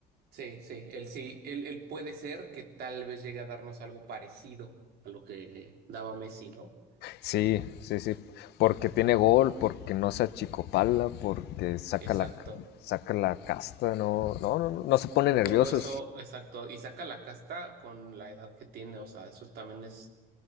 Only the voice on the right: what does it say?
Sí, sí, él sí, él, él puede ser que tal vez llegue a darnos algo parecido a lo que daba Messi, ¿no?
Exacto.
Y
todo eso, exacto. Y saca la casta con la edad que tiene, o sea, eso también es